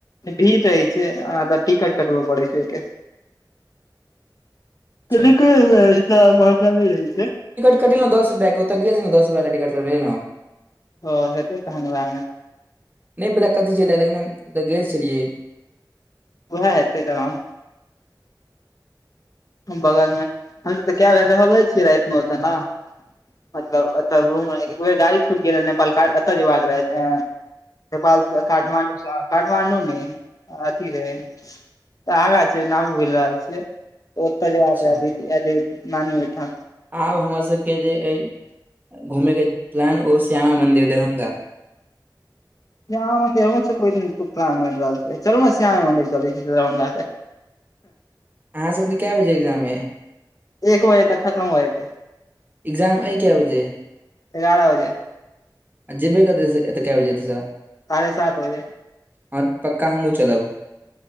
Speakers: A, on the left (about 50°); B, on the right (about 25°).
A: भीड़ जे रहै छै आ तऽ टिकट कटबऽ पड़ै छै ओइके। <unintelligible>
B: छै
A: पल कोइ भी रहै छै।
B: कटेलौं दस रुपया क ओतऽ गेल छलौं दस रुपया बला टिकट कटेलौं।
A: हॅं हेतै तहैन वेएह मे।
B: नै पता कथी छले लेकिन हम ओतऽ गेल छलियै।
A: उहै हेतय तहन बगल मे हम तै कै बेर रहलौ छीयै राएत मे ओता नै। मतलब एता रूम में एक बेर गाड़ी छूट गेल रहय नेपाल का एतय जैबाक रहाए नेपाल से काठमाण्डू से काठमांडू ने अथी रहय त आगा छै नाम भुल रहल छियै। ओतय जैबाक
B: अच्छा
A: रहै दीदी अथी नानी ओयठा
B: आब हमर सबके जे ऐ घूमे के प्लैन ओ श्यामा मंदिर दरभंगा
A: श्यामा मन्दिर हमरो सबके ओय दिन खुब प्लान बन रहल छै, चलु नै श्यामा मन्दिर चलय छी दरभंगा के।
B: अहाँ सबके कए बजे एग्जाम अइ
A: एक बजे तक खत्म हो जते।
B: इग्जाम ऐ कै बजे?
A: एगारा बजे
B: आ जेबे कतय से एतय कै बजे एता से
A: सारहे सात बजे
B: हां पक्का हम्हूँ चलब।